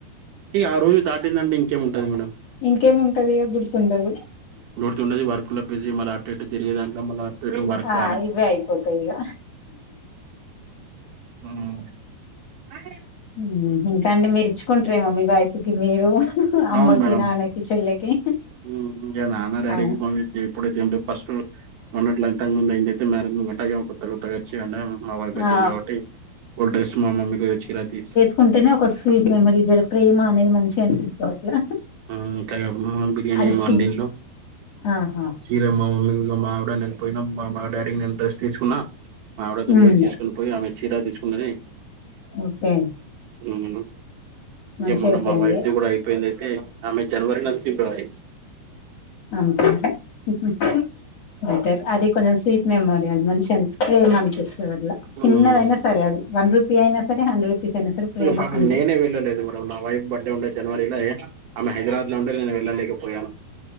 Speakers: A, on the right; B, on the left.
A: ఈ ఆ రోజు దాటిందంటే ఇంకేం ఉంటాది మేడమ్.
B: ఇంకేముంటది ఇక గుర్తుండదు.
A: గుర్తుండదు వర్క్ లో మళ్ళా అటు ఇటు తిరిగే దాంట్లో మళ్ళా టరు వర్క్
B: ఆ ఇవే అయిపోతాయి ఇగ
A: <unintelligible> ఆయనెం
B: ఊహు ఇంకా అండి మీరు ఇచ్చుకుంటరేమో మీ వైఫ్ కి మీరు అమ్మకి
A: అవును మేడం
B: నాన్నకి చెల్లెకి
A: ఊహు ఇంకా నాన్నా డాడీకి
B: అవు
A: మమ్మీ కి <inaudible> ఉన్నట్ల అంతకు ముందైతే <unintelligible> కొత్త కొత్తగా వచ్చి ఐంటే మా వైఫ్ వచ్చింది
B: ఆ
A: కాబట్టి ఓ డ్రెస్ మా మమ్మీ కి చీర తీసి
B: కుంటేనే ఒక స్వీట్ మెమరీ జర ప్రేమ అనేది మంచిగా అనిపిస్తది అట్లా
A: ఉమ్ ఇంకా గా మా <inaudible> బిర్యానీ
B: అది
A: వండిల్లు
B: చి ఆహా
A: చీరేమో మా మమ్మీ లు మా ఆవిడ <inaudible> పోయినం మా అమ్మ డాడీ నేను డ్రస్ తీసుకున్నా మా ఆవిడతోని
B: హ్మ్
A: పోయి తీసుకొని పోయి ఆమె చీర తీసుకున్నది
B: ఓకే
A: ఉమ్ ఇంగ
B: మంచిగా
A: మొన్న
B: అయిపోయింది
A: మా వైఫ్ ది కూడా అయిపోయింది అయితే ఆమె జనవరి నాది ఫిబ్రవరి
B: అంతే <inaudible> బెటర్ అది కొంచెం స్వీట్ మెమోరీ అండి మంచి అన్పిస్ ప్రేమ అన్పిస్ చిన్నదైనా
A: హ్మ్.
B: సరే అది వన్ రుపీ అయినా సరే హండ్రెడ్ రూపీస్ అయినా సరే ప్రేమ
A: య్యో పాపం
B: అంతే
A: నేనే వెళ్ళలేదు బ్రో నా వైఫ్ బర్డే ఉండే జనవరి ల ఐ ఆమె హైదరాబాద్ లో ఉంటే నేను వెళ్ళలేకపోయాను